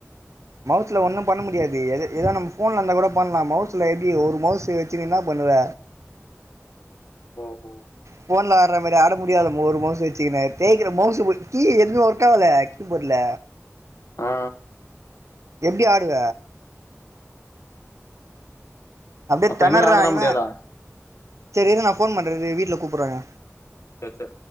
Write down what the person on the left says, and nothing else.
ஓஹோ
ஆ
அப்ப
இனிமேல் ஆடலாம்
முடியாதா
ச ச